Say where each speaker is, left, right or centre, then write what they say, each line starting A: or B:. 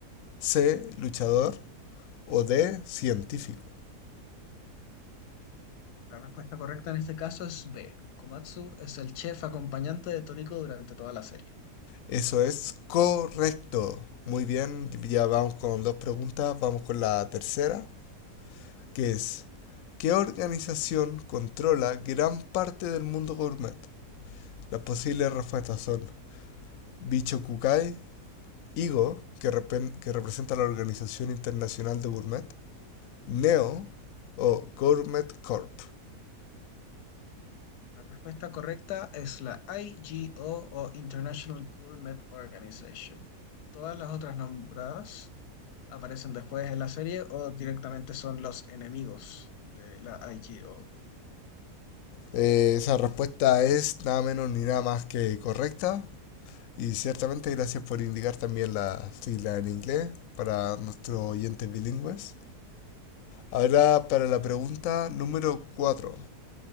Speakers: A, on the left; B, on the left.
A: C. Luchador. O D. Científico.
B: La respuesta correcta en este caso es B. Komatsu es el chef acompañante de Toriko durante toda la serie.
A: Eso es correcto. Muy bien, ya vamos con dos preguntas. Vamos con la tercera, que es, ¿qué organización controla gran parte del mundo gourmet? Las posibles respuestas son Bicho Kukai, Igo, que, repen- que representa la Organización Internacional de Gourmet, Neo o Gourmet Corp.
B: La respuesta correcta es la IGO o o International Gourmet Organization. Todas las otras nombradas aparecen después en la serie o directamente son los enemigos de la IGO.
A: Eh, esa respuesta es nada menos ni nada más que correcta. Y ciertamente gracias por indicar también la sigla en inglés para nuestros oyentes bilingües. Ahora para la pregunta número cuatro